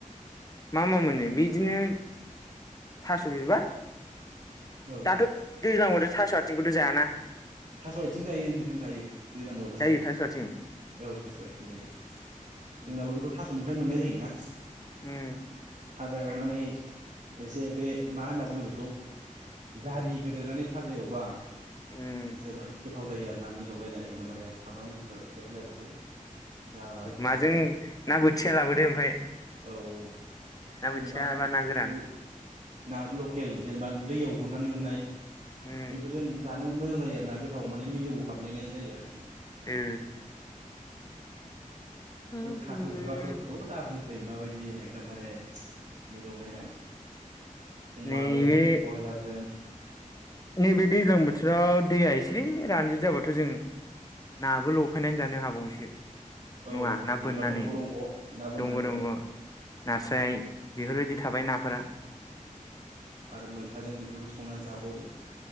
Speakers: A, on the left; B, on the right.
A: मा मा मोनो बिदिनो थास' बिबार
B: औ
A: दाथ' दैज्लाङावथ' थास' आथिंखौथ' जायाना
B: थास' आथिं जायो नोंथां जायो दैज्लां बाबो
A: जायो
B: जायो
A: थास' आथिं
B: औ थास' आथिं जायो
A: उम
B: जोंनाबोथ थास'निफ्राय मोननाय जायोना
A: उम
B: भाजा एवनानै एसे बे मा होनना बुङो बेखौ दारि होदोनानै फाजा एवबा
A: उम
B: जोबोद गोथाव जायो आर ना मिलौलायना एखदमबारे सामब्राम गुफुरफोर एसे होलायबावदो जाबाय होमबाथाय
A: माजों ना बोथिया लाबोदो ओमफ्राय
B: औ औ
A: ना
B: जेनेबा
A: बोथिया बा ना गोरान
B: औ ना लकेल जेनेबा दैयाव गुरनानै मोननाय
A: उम
B: बेफोरजों जानो मोजां जायो आरो ना गोथाव माने मिलौ हाबलेनाय जायो आरोखि
A: ए उम
B: थास बिबारफोरखौ खौथ दा बुंसै माबायदि एकदमबारे मिलौलायनाय अमाजों
A: नैबे
B: ब्रयलारजों
A: नैबे दैज्लां बोथोराव दैया एसे रानजिद जाबाथ जों नाबो लफायनानै जानो हाबावैसो नङा
B: औ
A: ना
B: जेनेबा
A: बोननानै
B: दंग' दंग' ना बोननानै
A: दंग दंग
B: औ
A: नास्राय बेफोरबायदि थाबाय नाफोरा
B: आरो मैथाजों बेफोरखौ संनानै जाबावदो